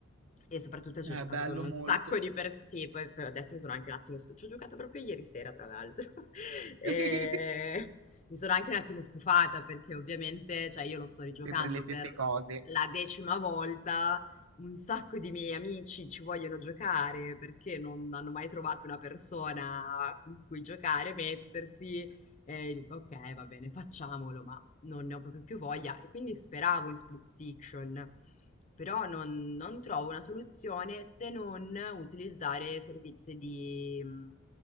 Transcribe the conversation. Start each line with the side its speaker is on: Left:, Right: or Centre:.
Left: e soprattutto
Right: È
Left: ci ho giocato
Right: bello
Left: con un
Right: molto.
Left: sacco di persone. Sì, poi poi adesso mi sono anche un attimo stu- Ci ho giocato proprio ieri sera, tra l'altro. <laughs> E
Right: <laughs>
Left: Mi sono anche un attimo stufata perché ovviamente, cioè, io lo sto rigiocando
Right: Sempre le stesse
Left: per
Right: cose,
Left: la decima volta. Un sacco di miei amici ci vogliono giocare perché non hanno mai trovato una persona con cui giocare, mettersi. E dico, ok, va bene, facciamolo, ma non ne ho proprio più voglia e quindi speravo in split fiction, però non, non trovo una soluzione se non utilizzare servizi di... mm,